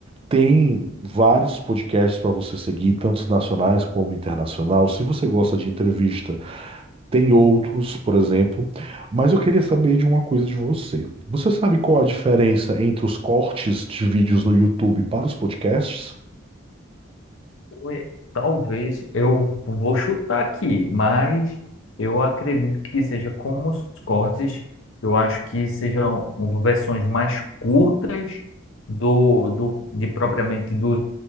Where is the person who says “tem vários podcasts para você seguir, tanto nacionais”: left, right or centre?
Right